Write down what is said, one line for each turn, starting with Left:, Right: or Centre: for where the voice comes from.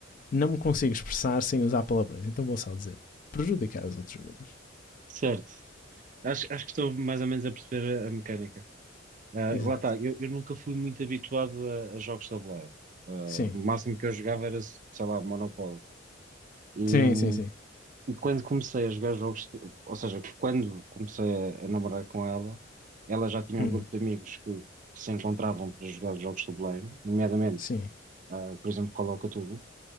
Left: não me consigo expressar sem usar palavrões, então vou só dizer prejudicar os outros jogadores.
Right: certo. Acho, acho que estou mais ou menos a perceber a, a mecânica. Ah,
Left: Exato.
Right: lá está, eu, eu nunca fui muito habituado a, a jogos de tabuleiro. Ah,
Left: Sim.
Right: o máximo que eu jogava era, sei lá, Monopólio. E,
Left: Sim, sim, sim.
Right: e quando comecei a jogar jogos, de- ou seja, quando comecei a, a namorar com ela, ela já tinha
Left: Hum.
Right: um grupo de amigos que, que se encontravam para jogar jogos de tabuleiro, nomeadamente,
Left: Sim.
Right: ah, por exemplo, Call of Cthulhu.